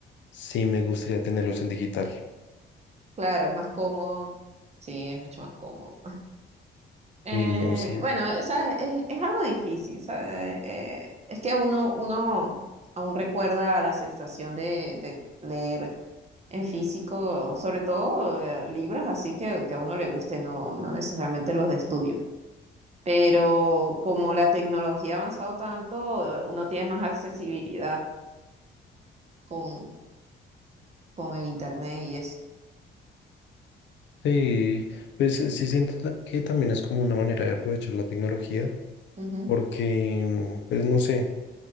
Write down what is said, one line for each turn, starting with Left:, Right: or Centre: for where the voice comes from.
Left: Sí, me gustaría tenerlos en digital.
Right: Claro, es más cómodo. Sí, es mucho más cómodo. Eh,
Left: Uy, no, sí.
Right: bueno, o sea, es, es algo difícil, ¿sabe? Eh, es que uno, uno aún recuerda la sensación de, de leer en físico, sobre todo eh, libros así que, que a uno le guste, no, no necesariamente los de estudio. Pero como la tecnología ha avanzado tanto, eh, uno tiene más accesibilidad con, con el internet y eso.
Left: Sí, pues eh, sí siento ta- que también es como una manera de aprovechar la tecnología,
Right: Ujú.
Left: porque, mm, pues no sé,